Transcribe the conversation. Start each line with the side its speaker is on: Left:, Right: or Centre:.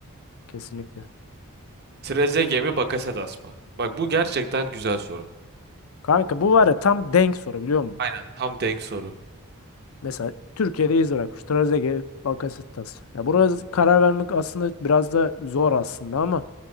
Left: Kesinlikle.
Right: Trezeguet mi Bakasetas mı? Bak bu gerçekten güzel soru.
Left: Kanka bu var ya tam denk soru biliyor musun?
Right: Aynen tam denk soru.
Left: Mesela Türkiye'de iz bırakmış. Trezeguet, Bakasetas. Ya burası karar vermek aslında biraz da zor aslında ama